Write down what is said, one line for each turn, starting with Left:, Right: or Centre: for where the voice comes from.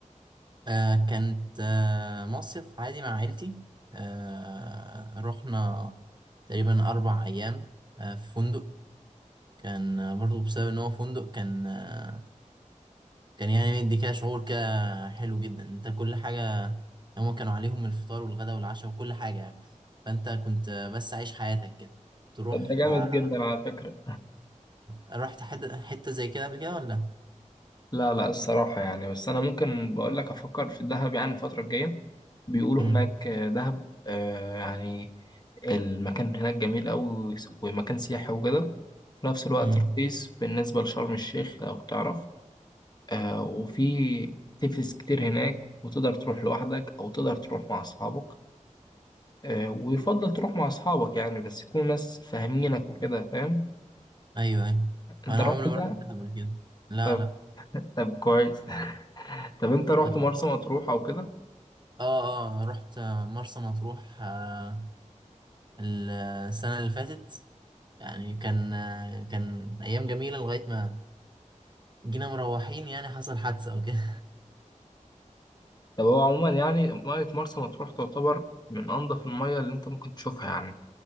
Right: آه كانت آه مصيف عادي مع عيلتي آه رحنا تقريبا أربع أيام آه في فندق كان آه، برضو بسبب إن هو فندق كان آه كان يعني مدي كده شعور كده حلو جدا أنت كل حاجة هما كانوا عليهم الفطار والغداء والعشاء وكل حاجة يعني فأنت كنت آه، بس عايش حياتك كده تروح
Left: طب ده جامد
Right: آه
Left: جدا على فكرة
Right: رحت حتة حتة زي كده قبل كده ولا؟
Left: لا لا الصراحة يعني بس أنا ممكن بقول لك أفكر في الدهب يعني الفترة الجاية بيقولوا
Right: مم.
Left: هناك آه، دهب آه، يعني المكان هناك جميل أوي ومكان سياحي وكده في نفس الوقت
Right: مم.
Left: رخيص بالنسبة لشرم الشيخ لو تعرف آه، وفي اكتيفيتيز كتير هناك وتقدر تروح لوحدك أو تقدر تروح مع أصحابك آه، ويفضل تروح مع أصحابك يعني بس يكونوا ناس فاهمينك وكده فاهم
Right: أيوه أيوه
Left: أنت
Right: أنا
Left: رحت
Right: عمري ما
Left: ده؟
Right: رحت دهب قبل كده لا
Left: طب
Right: لا
Left: طب كويس <laughs> طب أنت رحت
Right: طب
Left: مرسى مطروح أو كده؟
Right: اه اه رحت آه، مرسى مطروح آه، السنة اللي فاتت يعني كان آه، كان أيام جميلة لغاية ما جينا مروحين يعني حصل حادثة أو كده
Left: طب هو عموما يعني مية مرسى مطروح تعتبر من أنظف المية اللي أنت ممكن تشوفها يعني